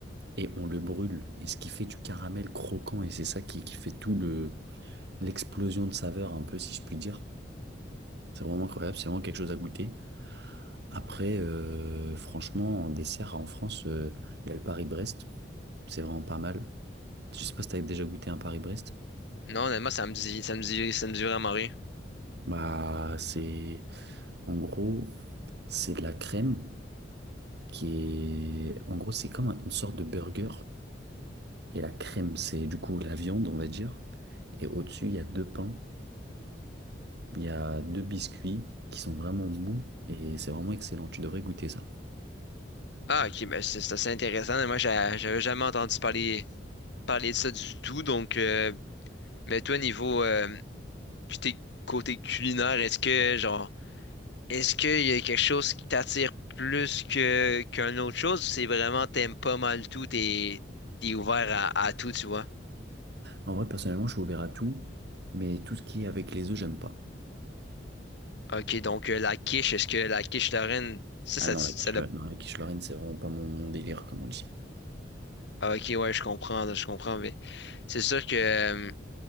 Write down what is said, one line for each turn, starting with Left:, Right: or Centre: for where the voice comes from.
Right: et on le brûle. Et ce qui fait du caramel croquant, et c'est ça qui, qui fait tout le, l'explosion de saveur, un peu, si je puis dire. C'est vraiment incroyable, c'est vraiment quelque chose à goûter. Après, euh, franchement, en dessert en France, euh, il y a le Paris-Brest. C'est vraiment pas mal. Je sais pas si t'avais déjà goûté un Paris-Brest.
Left: Non, honnêtement, ça me dit, ça me dit, ça me dit vraiment rien.
Right: Bah, c'est, en gros, c'est de la crème qui est, en gros, c'est comme un- une sorte de burger. Et la crème, c'est du coup la viande, on va dire. Et au-dessus, il y a deux pains Il y a deux biscuits qui sont vraiment mous et c'est vraiment excellent. Tu devrais goûter ça.
Left: Ah, ok, ben c'est c'est assez intéressant. Moi, j'a- j'avais jamais entendu parler, parler de ça du tout. Donc, euh, mais toi, niveau euh, côté, côté culinaire, est-ce que, genre, est-ce qu'il y a quelque chose qui t'attire plus que qu'une autre chose ou c'est vraiment t'aimes pas mal tout, t'es, t'es ouvert à, à tout, tu vois?
Right: En vrai, personnellement, je suis ouvert à tout, mais tout ce qui est avec les œufs, j'aime pas.
Left: Ok, donc euh, la quiche, est-ce que la quiche Lorraine, ça,
Right: Ah
Left: ça,
Right: non,
Left: ça
Right: la quiche,
Left: l'a-
Right: non, la quiche Lorraine, c'est vraiment pas mon, mon délire, comme on dit.
Left: ah, ok, ouais, je comprends, je comprends, mais c'est sûr que euh,